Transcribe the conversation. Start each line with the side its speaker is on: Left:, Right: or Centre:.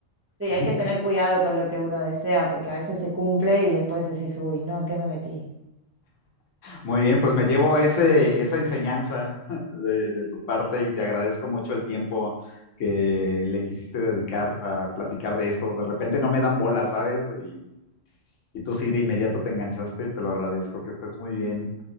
Right: sí,
Left: <laughs>
Right: hay que tener cuidado con lo que uno desea, porque a veces se cumple y después decís, uy, no, ¿en qué me metí?
Left: Muy bien, pues me llevo ese, esa enseñanza <laughs> de, de tu parte y te agradezco mucho el tiempo que le quisiste dedicar a platicar de esto. De repente no me dan bola, ¿sabes? Y, y tú sí, de inmediato te enganchaste, te lo agradezco, que estés muy bien.